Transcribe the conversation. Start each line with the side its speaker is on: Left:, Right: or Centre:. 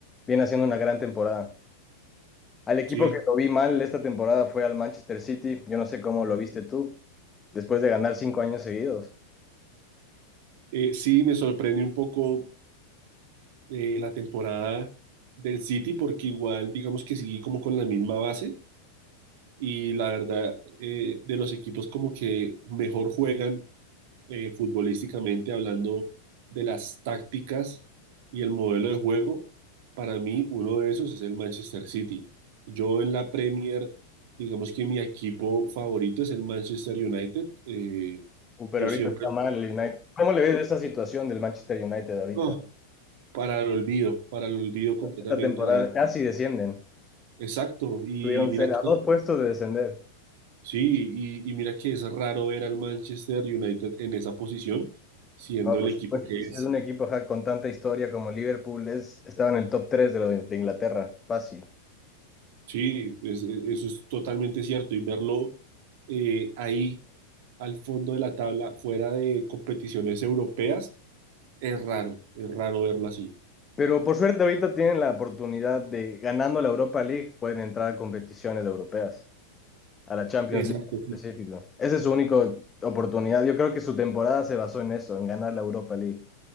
Left: Viene haciendo una gran temporada. Al equipo
Right: sí.
Left: que lo vi mal esta temporada fue al Manchester City. Yo no sé cómo lo viste tú, después de ganar cinco años seguidos.
Right: Eh, sí, me sorprende un poco eh, la temporada del City porque igual digamos que sigue como con la misma base y la verdad eh, de los equipos como que mejor juegan eh, futbolísticamente hablando de las tácticas y el modelo de juego, para mí uno de esos es el Manchester City. Yo en la Premier digamos que mi equipo favorito es el Manchester United. eh,
Left: Uh, pero
Right: yo
Left: ahorita
Right: siempre...
Left: está mal el United. ¿Cómo le ves esa situación del Manchester United ahorita?
Right: No, para el olvido, para el olvido completamente.
Left: Esta temporada
Right: La...
Left: casi descienden.
Right: Exacto, y
Left: Tuvieron
Right: mira
Left: ser
Right: que,
Left: a dos puestos de descender.
Right: sí, y, y mira que es raro ver al Manchester United en esa posición, siendo
Left: No, por
Right: el equipo
Left: supuesto,
Right: que
Left: si
Right: es.
Left: es un equipo ajá, con tanta historia como Liverpool, es, estaba en el top 3 de, lo de, de Inglaterra, fácil.
Right: Sí, es- es- eso es totalmente cierto, y verlo eh, ahí al fondo de la tabla, fuera de competiciones europeas, es raro, es raro verlo así.
Left: Pero por suerte ahorita tienen la oportunidad de, ganando la Europa League, pueden entrar a competiciones europeas, a la Champions
Right: Exacto,
Left: League en
Right: sí.
Left: específico. Esa es su única oportunidad. Yo creo que su temporada se basó en eso, en ganar la Europa League.